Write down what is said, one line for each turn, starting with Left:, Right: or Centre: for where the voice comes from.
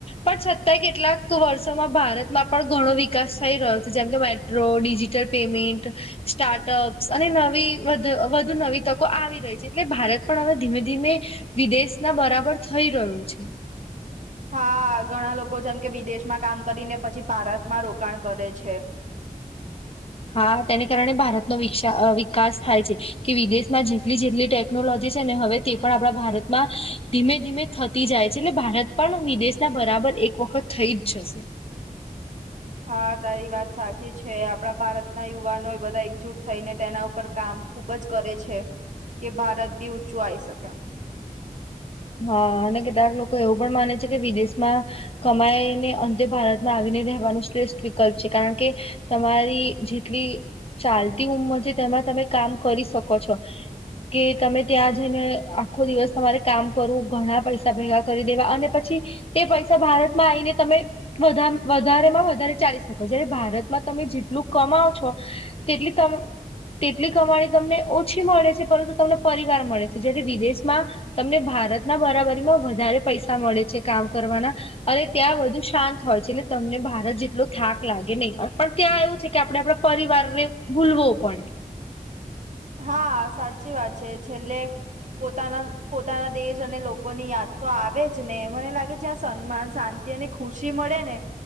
Left: પણ છતાંય કેટલાક વર્ષોમાં ભારતમાં પણ ઘણો વિકાસ થઈ રહ્યો છે. જેમ કે મે ડિજિટલ પેમેન્ટ સ્ટાર્ટઅપ્સ અને વધુ નવી તકો આવી રહી છે. એટલે ભારત પણ હવે ધીમે બરાબર થઈ રહ્યો છે.
Right: હા, ઘણા લોકો જેમ કે વિદેશમાં કામ કરીને, પછી ભારતમાં રોકાણ કરે છે.
Left: હા, તેને કારણે ભારતનો વિક વિકાસ થાય છે. કે વિદેશમાં જેટલી જેટલી ટેકનોલોજી છે ને, હવે તે પણ ભારતમાં ધીમે ધીમે થતી જાય છે. એટલે ભારત પણ વિદેશના એક વખત થઈ જ જશે.
Right: હા, તારી વાત સાચી છે. આપણા ભારતના યુવાનો બધા એકજુટ થઈને તેના ઉપર કામ ખુબ જ કરે છે, કે ભારત બી ઊંચું આવી શકે.
Left: હા અને કેટલાક લોકો એવું પણ માને છે કે વિદેશમાં કમાઈને અંતે ભારતમાં આવીને રહેવાનું શ્રેષ્ઠ વિકલ્પ છે કારણ કે તમારી જેટલી ચાલતી ઉંમર છે તેમાં તમે કામ કરી શકો છો. કે તમે ત્યાં જઈને આખો દિવસ તમારે કામ કરવું ઘણા પૈસા ભેગા કરી દેવા અને પછી તે પૈસા ભારતમાં આવીને તમે વધારેમાં વધારે ચાલી શકો જ્યારે ભારતમાં તમે જેટલું કમાવો છો તેટલી તમ તેટલી કમાણી તમને ઓછી મળે છે પરંતુ તમને પરિવાર મળે છે જ્યારે વિદેશમાં તમને ભારતના બરાબરીમાં વધારે પૈસા મળે છે કામ કરવાના અને ત્યાં બધુ શાંત હોય છે એટલે તમને ભારત જેટલો થાક લાગે નહીં પણ ત્યાં એવું છે. કે આપણે આપણા પરિવારને ભૂલવો પડે.
Right: હા સાચી વાત છે છેલ્લે પોતાના પોતાના દેશ અને લોકોની યાદ તો આવે જ ને મને લાગે જ્યાં સન્માન શાંત તેને ખુશી મળે ને